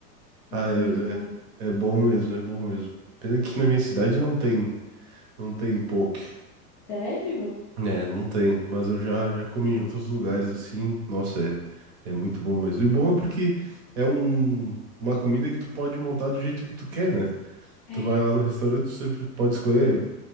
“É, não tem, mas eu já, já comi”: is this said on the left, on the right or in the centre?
Right